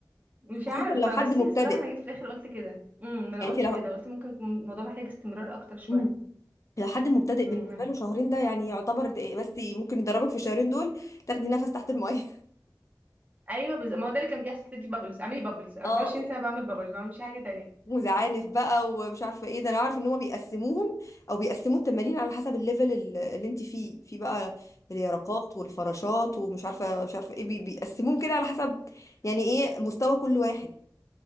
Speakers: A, on the right (about 20°); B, on the left (about 45°).
A: مش
B: خصوصا
A: عارفه
B: لو حد
A: بس
B: مبتدئ
A: الصراحه انا جيت في الاخر قلت كده امم انا
B: يعني
A: قلت
B: انت لو
A: كده قلت ممكن يكون الموضوع محتاج استمرار اكتر شويه
B: مم. لو حد مبتدئ بالنسبه
A: امم انا
B: له شهرين ده يعني يعتبر ده- بس ممكن يدربك في الشهرين دول تاخدي نفس تحت الميه
A: ايوه بز... ما هو ده اللي كان بيحصل لي بابلز اعملي بابلز
B: <laughs>
A: 24
B: اه
A: ساعه بعمل بابلز ما بعملش حاجه تانية
B: وزعانف بقى ومش عارفه ايه ده انا عارف ان هما بيقسموهم او بيقسموا التمارين على حسب الليفل ال- اللي انت فيه في بقى اليرقات والفراشات ومش عارفه مش عارفه ايه بي- بيقسموهم كده على حسب يعني ايه مستوى كل واحد